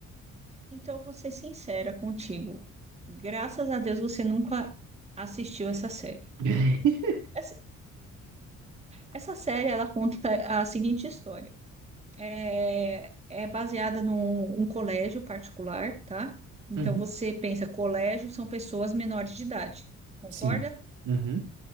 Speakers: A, on the right (about 20°); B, on the right (about 80°).
A: Então, eu vou ser sincera contigo. Graças a Deus você nunca assistiu essa série.
B: <laughs>
A: Essa, essa série ela conta a seguinte história. É, é baseada num um colégio particular, tá? Então
B: Uhum.
A: você pensa, colégio são pessoas menores de idade, concorda?
B: Sim. Uhum.